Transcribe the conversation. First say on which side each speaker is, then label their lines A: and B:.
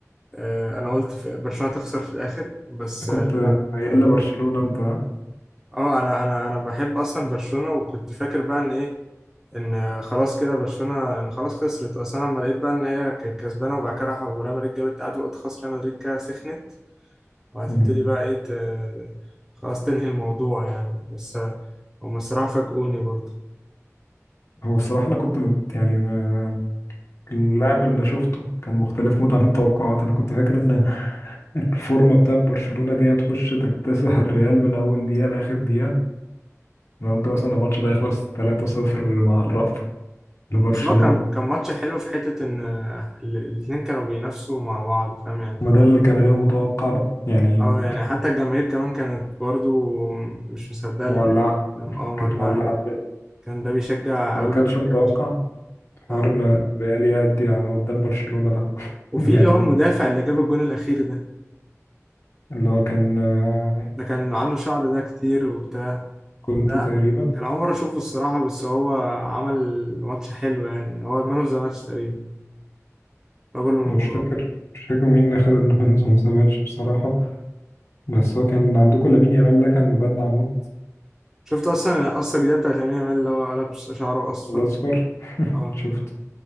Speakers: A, in the centre; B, on the left (about 60°).
A: آه، انا قلت في- برشلونة تخسر في الآخر بس
B: انت
A: آه،
B: كنت
A: لا
B: ميال
A: اه
B: لبرشلونة انت ها؟
A: آه، انا انا انا بحب اصلا برشلونة وكنت فاكر بقى ان ايه ان خلاص كده برشلونة ان خلاص خسرت اصلا لما لقيت بقى ان هي كانت كسبانة وبعد كده راح وريال مدريد جابت التعادل قلت خلاص ريال مدريد كده سخنت وهتبتدي
B: مم.
A: بقى ايه ت- خلاص تنهي الموضوع يعني بس آه، هم الصراحة فاجئوني برضه
B: هو الصراحة انا كنت مت يعني ما اللاعب اللي شفته كان مختلف موت عن <laughs> التوقعات انا كنت فاكر ان الفورمة بتاع برشلونة دي هتخش تكتسح الريال من اول دقيقة لاخر دقيقة انا قلت مثلا الماتش ده يخلص 3-0 مع الرأفة لبرشلونة
A: بس هو كان كان ماتش حلو في حتة إن ال- الاتنين كانوا بينافسوا مع بعض فاهم يعني
B: ما ده اللي كان غير متوقع بقى يعني
A: أه يعني حتى الجماهير كمان كانت برضو مش مصدقة اللي
B: مولعة
A: بيحصل. أه مولعة
B: كانت مولعة جدا.
A: كان ده بيشجع
B: ده
A: أوي
B: ما كانش
A: وده
B: متوقع
A: كان مش
B: حوار
A: أه
B: ان ريال يأدي على قدام برشلونة ده <laughs>
A: وفي اللي
B: يعني
A: هو المدافع اللي جاب الجون الأخير ده
B: اللي هو كان آه،
A: ده كان عنده شعر ده كتير وبتاع
B: كوندي
A: لا
B: تقريبا
A: كان أول مرة أشوفه الصراحة بس هو عمل ماتش حلو يعني هو المان أوف ذا ماتش تقريبا رجل المباراة
B: أنا مش فاكر مش فاكر مين اللي خد المان اوف ذا ماتش <laughs> بصراحة بس هو كان عندكم لامين يامال ده كان مبدع موت
A: شفت أصلا القصة الجديدة بتاعت لامين يامال اللي هو قلب شعره أصفر
B: الأصفر
A: أه
B: شفت